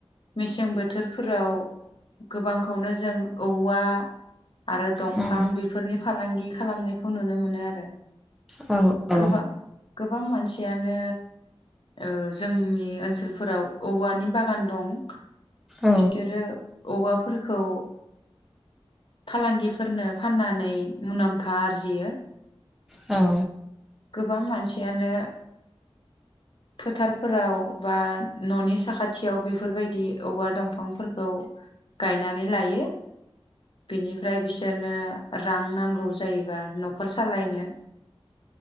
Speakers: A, on the left (about 55°); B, in the centre.
A: मेसें बोथोर बोथोरफोराव गोबांखौनो जों औवा आरो दंफां
B: उम
A: बेफोरनि फालांगि खालामनायखौ नुनो मोनो आरो
B: औ औ
A: गोबां गोबां मानसियानो औ जोंनि ओनसोलफोराव औवानि बागान दं
B: औ
A: बिसोरो औवाफोरखौ फालांगिफोरनो फाननानै मुनाम्फा आरजियो
B: औ
A: गोबां मानसियानो फोथारफोराव बा न'नि साखाथियाव बेफोरबायदि औवा दंफांफोरखौ गायनानै लायो बेनिफ्राय बिसोर बिदिनो रां नांगौ जायो बा न'खर सालायनो